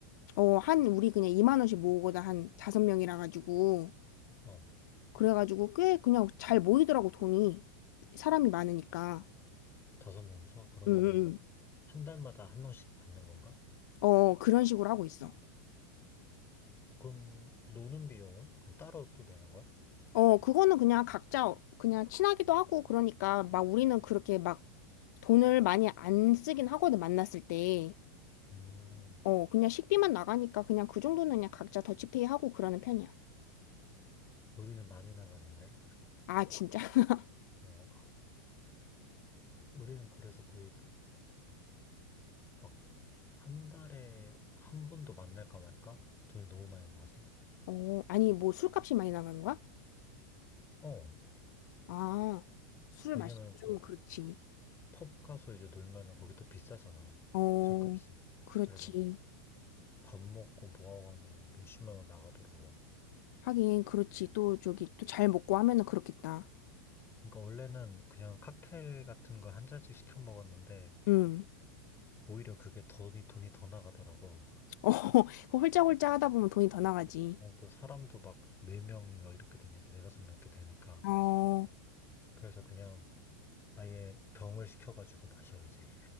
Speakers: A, on the left (about 65°); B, on the left (about 25°).
A: 어, 한, 우리 그냥 2만 원씩 모으거나 한 다섯 명이라 가지고.
B: 어.
A: 그래가지고 꽤 그냥 잘 모이더라고, 돈이. 사람이 많으니까.
B: 다섯 명이서? 그러면은
A: 응, 응,
B: 한 달마다 한 명씩 받는 건가?
A: 응. 어, 그런 식으로 하고 있어.
B: 어, 그럼 노는 비용은? 그럼 따로 또 내는 거야?
A: 어, 그거는 그냥 각자 그냥 친하기도 하고 그러니까 막 우리는 그렇게 막 돈을 많이 안 쓰긴 하거든, 만났을 때.
B: 음,
A: 어, 그냥 식비만 나가니까 그냥 그 정도는 그냥 각자 더치페이 하고 그러는 편이야.
B: 우리는 많이 나가는데.
A: 아, 진짜? <laughs>
B: 어, 우리는 그래서 거의 막 한 달에 한 번도 만날까 말까? 돈이 너무 많이 나가서.
A: 어, 아니, 뭐 술값이 많이 나가는 거야?
B: 어,
A: 아, 술을
B: 왜냐면
A: 마시면 좀
B: 또
A: 그렇지.
B: 펍 가서 이제 놀면은 거기 또 비싸잖아.
A: 어,
B: 술값이.
A: 그렇지.
B: 그래서 막 밥 먹고 뭐하고 하면은 뭐 몇십만 원 나가더라고.
A: 하긴, 그렇지. 또 저기, 또 잘 먹고 하면은 그렇겠다.
B: 그러니까 원래는 그냥 칵테일 같은 거 한 잔씩 시켜 먹었는데
A: 응.
B: 오히려 그게 돈이, 돈이 더 나가더라고.
A: 어, <laughs> 그 홀짝홀짝 하다 보면 돈이 더 나가지.
B: 어, 또 사람도 막 네 명 이렇게 되니까, 네다섯 명 이렇게 되니까.
A: 어,
B: 그래서 그냥 아예 병을 시켜가지고 마셔, 이제.